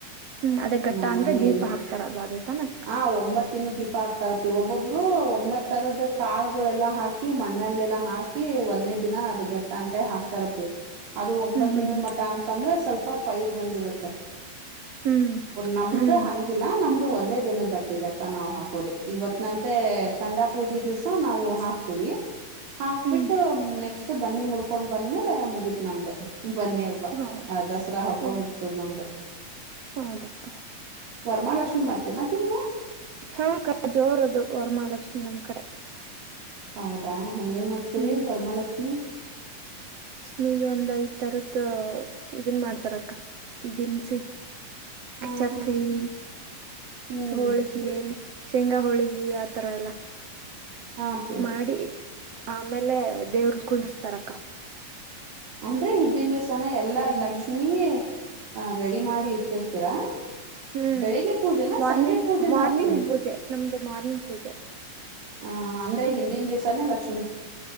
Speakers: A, on the right (about 60°); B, on the right (about 80°).
A: ಹ್ಮ್ ಅದೇ ಘಟ್ಟ
B: ನಮ್ಮಲ್ಲಿಯಲ್ಲಿ
A: ಅಂದ್ರೆ ದೀಪ ಹಾಕ್ತಾರಲ್ಲ ಅದೇ ತಾನ ಅಕ್ಕ
B: ಹ ಒಂಬತ್ತಿನ ದೀಪ ಹಾಕ್ತಾರ ಒಬ್ಬೊಬ್ರು ಒಂಬತ್ತ ತರದ ಕಾಳುಗಳೆಲ್ಲಾ ಹಾಕಿ ಹಾಕಿ ಮಣ್ಣಲ್ಲೆಲ್ಲಾ ಹಾಕಿ ಒಂದನೇ ದಿನ ಅದ್ ಘಟ್ಟ ಅಂತ ಹಾಕ್ತಾರಪಿ ಅದು ಒಂಬತ್
A: ಹ್ಮ್ ಹ್ಮ್
B: ದಿನದ ಮಠ ಅಂತಂದ್ರೆ ಸ್ವಲ್ಪ ಪೈರ್ ಬಂದಿರುತ್ತೆ
A: ಹ್ಮ್
B: ನಮ್ದ
A: ಹ್ಮ್ ಹ್ಮ್
B: ಹಂಗಿಲ್ಲಾ ನಮ್ದು ಒಂದೇ ದಿನದ ದಪ್ಪಿಗಟ್ಟ ನಾವ್ ಹಾಕ ಹೌದು ಇವತ್ ನಂತೆ ಡಾ ಪೂಜೆ ದಿವ್ಸ ನಾವು ಹಾಕ್ತಿೀವಿ ಹಾಕ್ಬಿಟ್ಟು
A: ಹ್ಮ್
B: ನೆಕ್ಸ್ಟ್ ಬನ್ನಿ ಮುಡ್ಕ ಕಕೊಂಡ್ ಬಂದ್ಮೇಲೆ ಮುಗೀತ್ ನಮ್ದು ಬನ್ನಿ ಹಬ್ಬ
A: ಹೌದ
B: ಆ ದಸರಾ ಹಬ್ಬ
A: ಹೌದು
B: ಮುಗಸೋದ್ ನಮ್ದ
A: ಹೌದಕ್ಕ
B: ವರ್ಮಾಲಕ್ಷ್ಮಿ ಮಾಡ್ತೇನಪ್ಪಿ ನೀವು
A: ಹಾ ಕ ಜೋರದು ವರ್ಮಾಲಕ್ಷ್ಮಿ ನಮ್ ಕಡೆ
B: ಹೌದಾ ಹೆಂಗ ಹೆಂಗ ಮಾಡ್ತೀರಿ
A: ಹ್ಮ್
B: ವರ್ಮಾಲಕ್ಷ್ಮಿ
A: ಮೀಗ ಒಂದ್ ಐದ್ ತರತ್ ಇದನ್ ಮಾಡ್ತಾರಕ್ಕ ದನ್ಸಿ
B: ಹಾ
A: ಚಕ್ಲಿ
B: ಹಾ ಹ್ಮ್
A: ಹೋಳ್ಗೆ ಶೇಂಗಾ ಹೋಳಗಿ ಆತರ ಎಲ್ಲ
B: ಆಪಿ
A: ಮಾಡಿ ಆಮೇಲೆ ದೇವ್ರನ್ ಕುುದರ್ಸ್ತಾರಕ್ಕ
B: ಅಂದ್ರೆ ಇದಿನ ದಿವ್ಸಾನ ಎಲ್ಲಾ
A: ಇನ್ನೇನು
B: ಲಕ್ಷ್ಮೀ ಆ ರೆಡಿ ಮಾಡಿ ಇಟ್ಟಿರ್ತೀರಾ
A: ಹ್ಮ್
B: ಬೆಳಿಗ್ಗೆ ಪೂಜೆನ
A: ಮಾರ್ನಿಂಗ್
B: ಸಂಜೆ ಪೂಜೆನ
A: ಮಾರ್ನಿಂಗ್
B: ಅಪ್ಪಿ
A: ಪೂಜೆ ನಮ್ದು ಮಾರ್ನಿಂಗ್ ಪೂಜೆ.
B: ಹ ಹ ಅಂದ್ರೆ ಹಿಂದಿನ ದಿವ್ಸನೆ ಲಕ್ಷ್ಮ